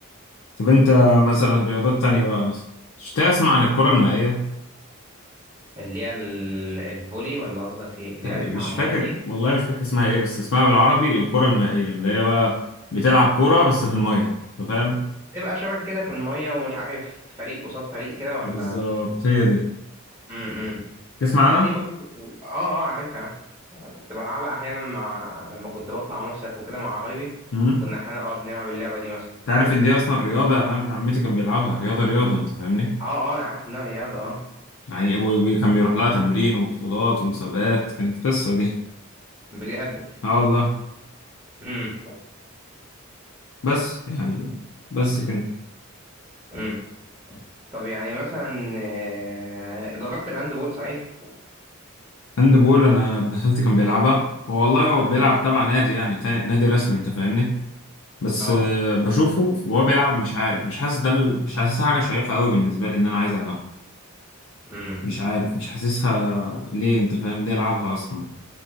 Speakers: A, on the left; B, on the right.
A: طب انت مثلا رياضات تانية بقى مثلا مش تسمع عن الكرة المائية
B: اللي هي ال- الفولي ولا قصدك ايه اللي
A: تقريبا
B: هي اللي
A: مش
B: على
A: فاكر
B: الميه دي
A: والله مش فاكر اسمها ايه بس اسمها بالعربي الكرة المائية اللي هي بقى بتلعب كورة بس في المية أنت فاهم
B: تبقى شبكة كده في المية ومش عارف فريق قصاد فريق كده ولا
A: بالظبط هي دي
B: امم
A: تسمع
B: اه دي برضه اه اه عارفها كنت بلعبها احيانا مع لما كنت بطلع مصيف وكده مع قرايبي
A: عنها
B: كنا احيانا اه بنلعب اللعبة دي مثلا
A: تعرف ان دي اصلا رياضه يعني انا ابن عمتي كان بيلعبها رياضه رياضه انت فاهمني
B: اه اه انا عارف انها رياضة اه
A: يعني ابوي بي- كان بيروح لها تمرين وبطولات ومسابقات كانت قصه دي
B: بجد
A: اه والله
B: امم
A: بس يعني بس كده
B: امم طب يعني مثلا آه، جربت الهاند بول صحيح؟
A: هاند بول انا ابن خالتي كان بيلعبها هو والله هو بيلعب تبع نادي يعني تاني نادي رسمي انت فاهمني بس
B: اه
A: آه، بشوفه وهو بيلعب مش عارف مش حاسس ده ال- مش حاسسها حاجه شيقه قوي بالنسبه لي ان انا عايز العبها
B: امم
A: مش عارف مش حاسسها ليه انت فاهم ليه العبها اصلا